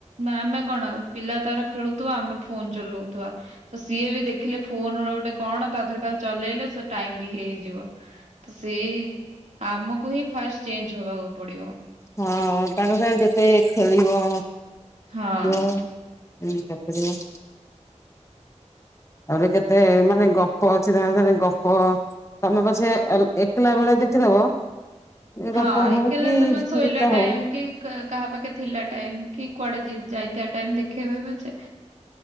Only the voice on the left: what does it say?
ହଁ ତାଙ୍କ ସାଙ୍ଗେ ଯେତେ ଖେଳିବ।
<unintelligible> <unintelligible> ଆହୁରି କେତେ ମାନେ ଗପ ଗପ ଅଛି ତାଙ୍କ ସାଙ୍ଗରେ ଗପ ତମେ ପଛେ ଏଲ ଏକଲା ବେଳେ ଦେଖିଦବ
ଗପ ହଉ
କି
ଗୀତ
ହଉ